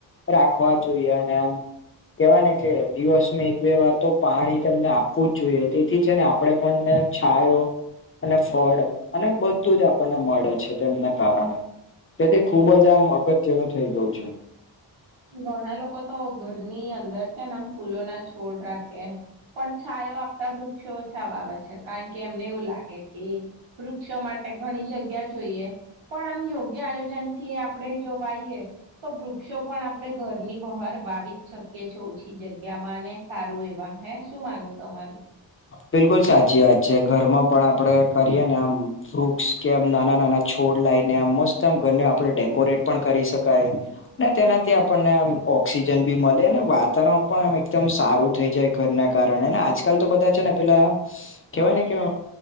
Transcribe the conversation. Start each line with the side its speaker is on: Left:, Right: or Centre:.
Left: રાખવા જોઈએ અને આમ કેવાય ને કે દિવસ એક બે વાર તો પાણી તમને આપવું જ જોઈએ તેથી છે ને આપડે પણને છયો અને ફળ અને બધું જ આપણને મળે છે તેમના કારણે તે તે ખુબ જ આમ અગત્યનું થઇ ગયું છે
Right: ઘણા લોકો તો ઘરની અંદર છે ને આમ ફૂલો ના છોડ રાખે પણ છાયો આપતા વૃક્ષો છાવા આવે છે કારણ કે એમને એવું લાગે કે વૃક્ષો માટે ઘણી જગ્યા જ પણ આમ યોગ્ય આયોજનથી આપણે જો વાઈએ તો વૃક્ષો પણ આપડણે ઘરની બહાર વાવી જ શકીએીએ ઓછી જગ્યા માં ને સારું એવા હૈ શું માનવું તમારું
Left: બિલકુલ સાચી વાત છે ઘરમાં પણ આપડે કરીએ ને આમ ફ્રુટસ કે આમ નાના નાના છોડ લાવને આ મસ્ત આમ ઘરને આપણે ડેકોરેટ પણ કરી શકાય ને તેનાથી આપણને આમ ઓક્સિજન બી મળે અને વાતાવરણ પણ આમ એકદમ સારું થઈ જાય ઘરના કારણેને આજકાલ તો બધા છે ને પેલા કેવાય ને કે